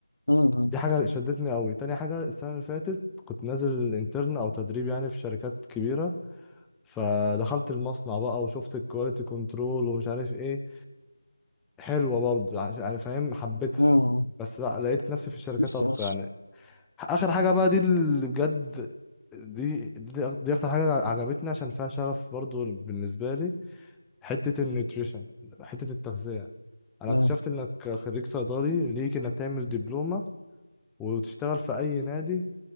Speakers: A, on the left (about 80°); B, in the centre.
A: مم.
B: دي حاجة شدتني قوي تاني حاجة السنة اللي فاتت كنت نازل انترن أو تدريب يعني في شركات كبيرة فدخلت المصنع بقى وشفت الكواليتي كنترول ومش عارف إيه حلوة برضه عش- يعني فاهم حبيتها
A: مم.
B: بس لا لقيت نفسي في الشركات
A: بس
B: أكتر
A: بس
B: يعني اخر حاجه بقى دي اللي بجد دي دي, أك- دي اكتر حاجه عجبتني عشان فيها شغف برضو بالنسبه لي حته النيوتريشن حته التغذيه انا
A: مم.
B: اكتشفت انك خريج صيدلي ليك انك تعمل دبلومه وتشتغل في اي نادي